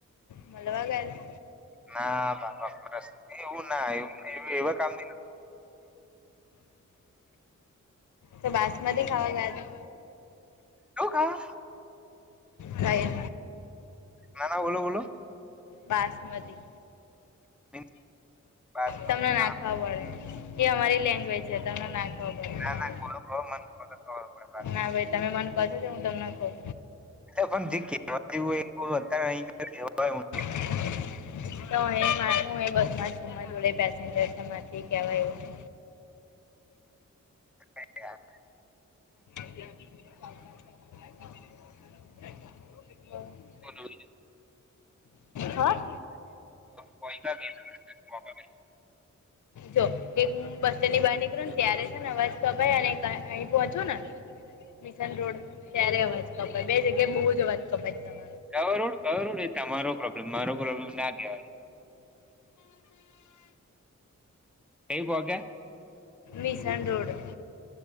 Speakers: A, on the left (about 80°); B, in the centre.
A: મલવા ગેયલા.
B: ના બાબા ફસ એવું ના એવું એ એવા કામ ન.
A: ત બાસમતી ખાવા ગયા તા.
B: આવું કા.
A: કાય
B: ના ના બોલો બોલો.
A: બાસમતી.
B: મીન્સ બાસમતી
A: તમને ના
B: કામ
A: ખબર પડે એ અમારી લેંગ્વેજ છે તમને ના ખબર
B: ના
A: પડે.
B: ના ખોલો ખોલો મને ખબર પડે બાસ.
A: હા ભાઈ તમે મને કશો હું તમને કહું.
B: અ પણ જે કવા જેવું હોય એ અત્યારે અ લવા <inaudible>
A: તો હું એ બસ માં છું મારા જોડે પેસેન્જર માંથી કેવાય એવું.
B: અ <unintelligible>
A: <unintelligible>
B: બોલો.
A: હા?
B: કોઈતા દ <unintelligible>
A: જો એક બસ સ્ટેન્ડ ની બહાર નીકળું ને ત્યારે છે ને અવાજ કપાય અને અહી પહોંચવું ને. મિશન રોડ ત્યારે અવાજ કપય બે જગ્યાએ બહુ જ અવાજ કપાય, ત
B: ગ ગ ને તમારો પ્રોબ્લેમ મારો પ્રોબ્લેમ ના કેવાય. એઈ ભોગ્યા
A: મિશન રોડ.